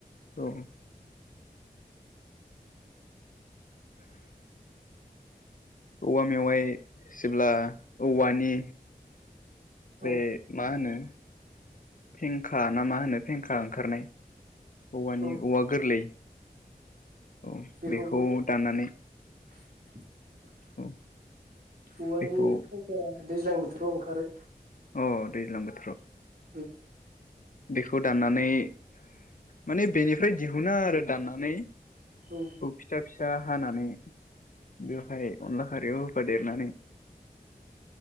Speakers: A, on the left; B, on the right.
A: औ औवा मेवाइ जेब्ला औवानि बे
B: औ
A: मा होनो फेंखा ना मा होनो फेंखा ओंखारनाय औवानि
B: औ
A: औवा गोरलै औ
B: बेखौबो
A: बेखौ दाननानै
B: <inaudible>
A: औ
B: औवानि
A: बेखौ
B: फखया दैज्लां बोथोराव ओंखारो
A: अ दैज्लां बोथोराव
B: ओ
A: बेखौ दाननानै माने बेनिफ्राय दिहुनो आरो दाननानै
B: औ
A: अ फिथा फिसा हानानै बेवहाय अनला ओरैयाव होफा देरनानै